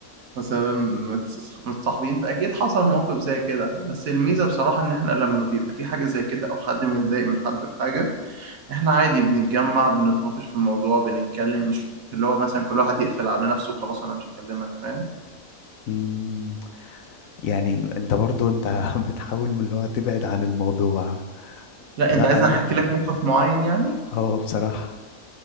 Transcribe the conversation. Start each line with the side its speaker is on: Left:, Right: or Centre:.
Right: مثلا متص- متصاحبين فاكيد حصل مواقف زي كده بس الميزه بصراحه ان احنا لما بيبقى في حاجه زي كده او حد متضايق من حد في حاجه احنا عادي بنتجمع بنتناقش في الموضوع بنتكلم مش اللي هو مثلا كل واحد يقفل على نفسه وخلاص انا مش هكلمك فاهم
Left: مم، يعني انت برضو انت <laughs> بتحاول من اللي هو تبعد عن الموضوع
Right: لا
Left: لا
Right: انت عايزني
Left: انا
Right: احكي لك موقف معين يعني
Left: هو بصراحة